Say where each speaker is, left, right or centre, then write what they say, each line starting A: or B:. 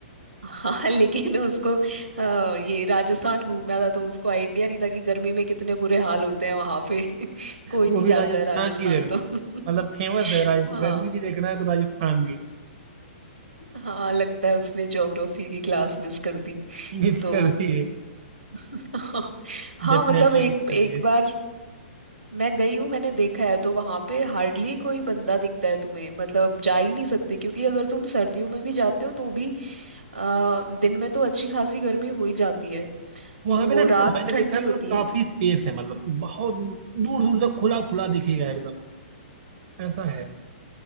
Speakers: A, on the right; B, on the right.
A: हाँ लेकिन उसको अ, ये राजस्थान घूमना था तो उसको आइडिया नहीं था कि गर्मी में कितने बुरे हाल होते हैं वहाँ पे <laughs> कोई
B: वो
A: नहीं
B: भी
A: जाता
B: राजस्थान
A: है राजस्थान
B: की गर्मी
A: तो <laughs>
B: मतलब फेमस है राज
A: हाँ
B: गर्मी भी देखना है तो राजस्थान की
A: हाँ लगता है उसने ज्योग्राफी की क्लास मिस कर दी
B: मिस
A: तो
B: करती है
A: <laughs> हाँ
B: डेफिनेटली
A: मतलब एक
B: मिस करती
A: एक
B: है
A: बार मैं गई हूँ मैंने देखा है तो वहाँ पे हार्डली कोई बंदा दिखता है तुम्हें मतलब जा ही नहीं सकते क्योंकि अगर तुम सर्दियों में भी जाते हो तो भी अ, दिन में तो अच्छी खासी गर्मी हो ही जाती है
B: वहां
A: तो वो
B: पे ना क-
A: रात
B: मैंने
A: ठंडी
B: देखा है
A: होती
B: मतलब काफी
A: है
B: स्पेस है मतलब कि बहुत दूर दूर तक खुला खुला दिखेगा एकदम ऐसा है